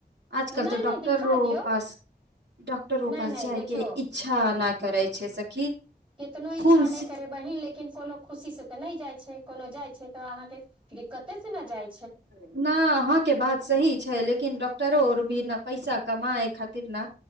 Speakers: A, on the right; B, on the right.
A: आजकल
B: नहि
A: तऽ डॉक्टरो
B: नहि दिखा दियौ
A: पास डॉक्टरो
B: नहि
A: पास
B: नहि
A: जाइके
B: देखियौ
A: इच्छा नहि करै छै सखी
B: कतनो इच्छा
A: खून
B: नहि करे बहिन लेकिन कोनो खुशी से ते नहि जाय छै कोनो जाय छै तऽ अहाँ के दिक्कते से ने जाय
A: नहि अहाँके बात सही छै लेकि लेकिन डॉक्टरो आर भी ने पैसा कमाय खातिर ने